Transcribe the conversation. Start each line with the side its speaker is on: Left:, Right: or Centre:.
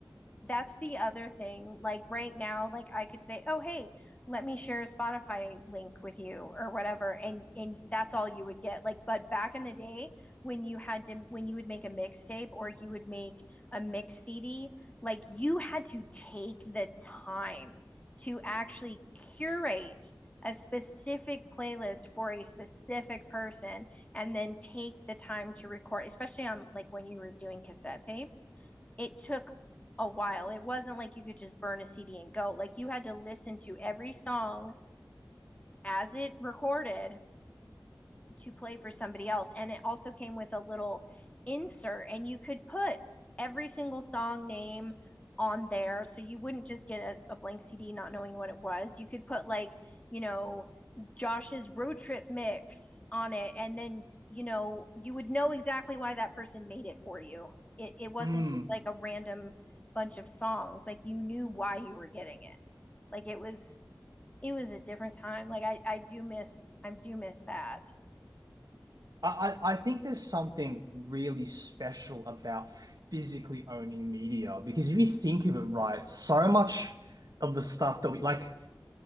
Left: That's the other thing. Like right now, like I could say, "Oh, hey, let me share a Spotify link with you or whatever." And and that's all you would get. Like but back in the day when you had to when you would make a mixtape or you would make a mix CD, like you had to take the time to actually curate a specific playlist for a specific person and then take the time to record, especially on like when you were doing cassette tapes it took a while. It wasn't like you could just burn a CD and go. Like you had to listen to every song as it recorded to play for somebody else. And it also came with a little insert, and you could put every single song name on there. So you wouldn't just get a, a blank CD not knowing what it was. You could put, like, you know, Josh's road trip mix on it. And then, you know, you would know exactly why that person made it for you. It, it wasn't
Right: mm,
Left: just like a random bunch of songs. Like you knew why you were getting it. Like it was, it was a different time. Like I, I do miss, I do miss that.
Right: I, I I think there's something really special about physically owning media because if you think of it right, so much of the stuff that we like,